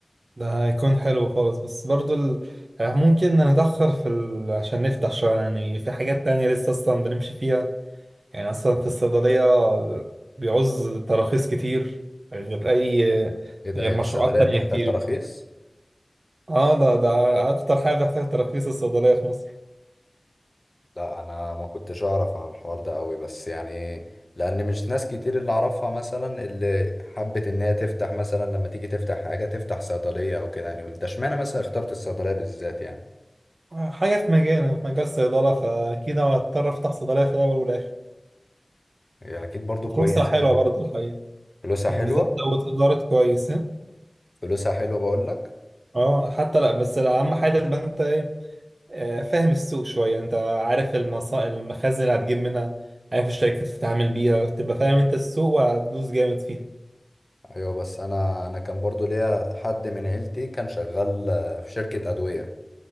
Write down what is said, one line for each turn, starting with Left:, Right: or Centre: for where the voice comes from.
Right: ده هيكون حلو خالص بس برضو ال... آه، ممكن نتأخر في ال... عشان نفتح شوية يعني في حاجات تانية لسه أصلا بنمشي فيها يعني اصلا في الصيدليه بيعوز تراخيص كتير غير اي
Left: ايه ده
Right: غير
Left: هي
Right: مشروعات
Left: الصيدلية
Right: تانية
Left: بتحتاج
Right: كتير
Left: تراخيص
Right: اه ده ده اكتر حاجه بتحتاج تراخيص الصيدليه في مصر
Left: لا انا ما كنتش اعرف عن الحوار ده قوي بس يعني لان مش ناس كتير اللي اعرفها مثلا اللي حبت ان هي تفتح مثلا لما تيجي تفتح حاجة تفتح صيدلية او كده يعني انت اشمعنى مثلا اخترت الصيدلية بالذات يعني
Right: حاجه في مجال في مجال الصيدله فاكيد هضطر افتح صيدليه في الاول والاخر
Left: هي اكيد برضو كويسه
Right: فرصه حلوه برضه الحقيقه
Left: فلوسها
Right: بالذات
Left: حلوه
Right: لو اتدارت كويس ها؟
Left: فلوسها حلوه بقول لك
Right: اه حتى لا بس اهم حاجه تبقى انت ايه آه، فاهم السوق شويه انت عارف المصا... المخازن اللي هتجيب منها عارف الشركات اللي تتعامل بيها تبقى فاهم انت السوق وهتدوس جامد فيه
Left: ايوه بس انا انا كان برضو ليا حد من عيلتي كان شغال آه، في شركه ادويه